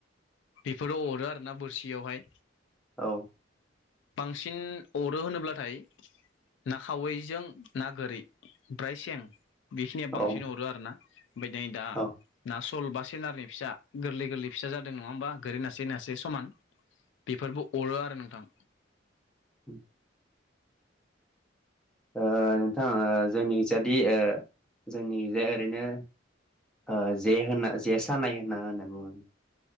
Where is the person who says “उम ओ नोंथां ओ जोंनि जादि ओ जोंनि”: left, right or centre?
Centre